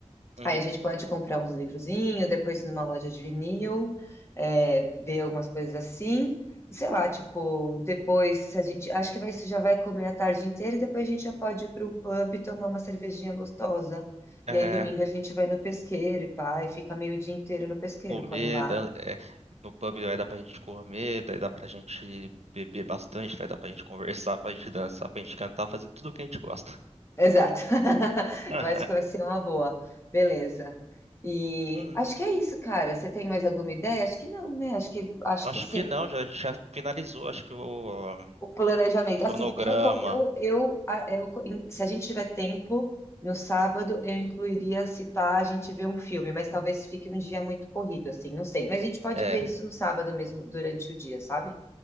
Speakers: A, on the right; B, on the left.
A: uhum.
B: Aí a gente pode comprar uns livrozinhos, depois ir numa loja de vinil, é, ver algumas coisas assim. E sei lá, tipo, depois se a gente. Acho que vai- isso já vai comer a tarde inteira e depois a gente já pode ir para um pub e tomar uma cervejinha gostosa. E
A: É,
B: aí domingo a gente vai no pesqueiro e pá, e fica meio dia inteiro no pesqueiro,
A: comer,
B: come lá.
A: dá- é, no pub vai dar pra gente comer, daí dá pra gente beber bastante, vai dar pra gente conversar, pra gente dançar, pra gente cantar, fazer tudo o que a gente gosta.
B: Exato. <laughs>
A: <laughs>
B: Eu acho que vai ser uma boa. Beleza. E
A: Hum,
B: acho que é isso, cara. Você tem mais alguma ideia? Acho que não, né? Acho que, acho
A: acho
B: que assim.
A: que não, já, a gente já finalizou, acho que o,
B: O planejamento.
A: o cronograma.
B: Assim, eu, co- eu, eu, a- eu, co- em- se a gente tiver tempo, no sábado eu incluiria, se pá, a gente ver um filme, mas talvez fique um dia muito corrido, assim, não sei. Mas a gente pode
A: É,
B: ver isso no sábado mesmo, durante o dia, sabe?